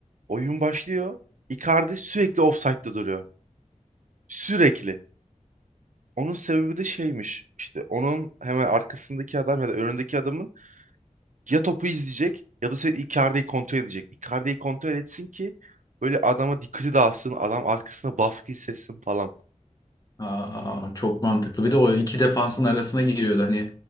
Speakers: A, on the right; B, on the left.
A: Oyun başlıyor. Icardi sürekli offside'da duruyor. Sürekli. Onun sebebi de şeymiş. İşte onun hemen arkasındaki adam ya da önündeki adamın ya topu izleyecek ya da sürekli Icardi'yi kontrol edecek. Icardi'yi kontrol etsin ki böyle adama dikkati dağılsın, adam arkasına baskı hissetsin falan.
B: Aa, çok mantıklı. Bir de o iki defansın arasına giriyordu. Hani